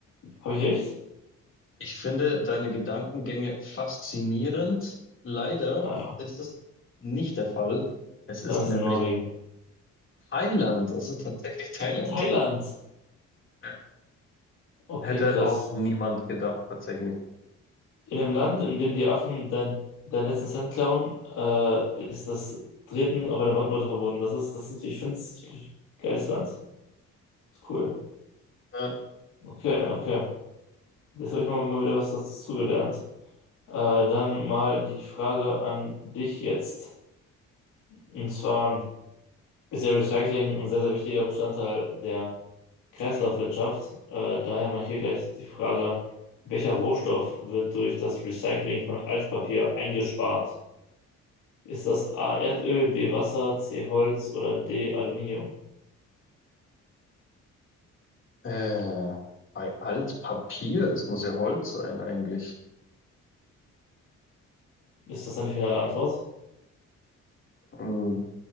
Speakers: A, on the left; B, on the left.
A: Habe ich recht?
B: Ich finde deine Gedankengänge faszinierend. Leider
A: Ah,
B: ist es nicht der Fall. Es ist
A: dann ist
B: nämlich
A: es in Norwegen.
B: Thailand. Es ist tatsächlich Thailand.
A: Thailand.
B: Ja.
A: Okay,
B: Hätte
A: krass.
B: auch niemand gedacht, tatsächlich.
A: In einem Land, in dem die Affen dein, deinen letzten Cent klauen, äh, ist das Treten auf einer Banknote verboten. Das ist, das ist, ich finde es ein geiles Land. Ist cool.
B: Äh,
A: Okay, okay. Jetzt habe ich mal, mal wieder was dazu gelernt. Äh, dann mal die Frage an dich jetzt. Und zwar, ist ja Recycling ein sehr, sehr wichtiger Bestandteil der Kreislaufwirtschaft. Äh, daher mal hier gleich die Frage, welcher Rohstoff wird durch das Recycling von Altpapier eingespart? Ist das A Erdöl, B Wasser, C Holz oder D Aluminium?
B: Äh, bei Altpapier, das muss ja Holz sein eigentlich.
A: Ist das deine finale Antwort?
B: Hm,